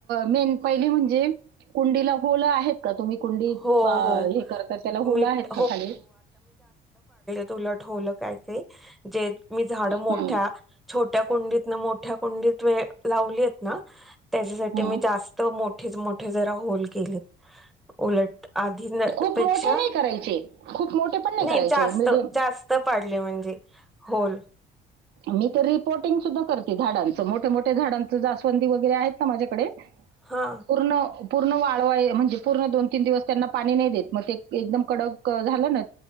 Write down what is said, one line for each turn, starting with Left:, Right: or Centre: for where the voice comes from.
Right: मेन पहिली म्हणजे कुंडीला होलं आहेत. का तुम्ही कुंडीत
Centre: हो
Right: हे
Centre: हो.
Right: करता त्याला होलं
Centre: मीठ
Right: आहेत का खाली?
Centre: तुलट होल पाडते जे मी झाड मोठ्या
Right: हं,
Centre: छोट्या कुंडीतन मोठ्या कुंड्डीत वेळ लावलीयेत त्याच्यासाठी
Right: हं.
Centre: मी जास्त मो मोठेच मोठे जरा होल केले. उलट आधी न
Right: खूप
Centre: पेक्षा
Right: मोठे नाही करायचे खूप मोठे पण
Centre: नाही
Right: करायचे
Centre: जास्त
Right: मीडियम
Centre: जास्त पाडले म्हणजे होल.
Right: मी तर रिपोर्टिंग सुद्धा करते झाडांचं मोठ्या मोठ्या झाडांच जास्वंदी वगैरे आहेत ना माझ्याकडे
Centre: हा
Right: पूर्ण पूर्ण वाळवाय म्हणजे पूर्ण दोन तीन दिवस त्यांना पाणी नाही देत मग ते एकदम कडक झालं ना.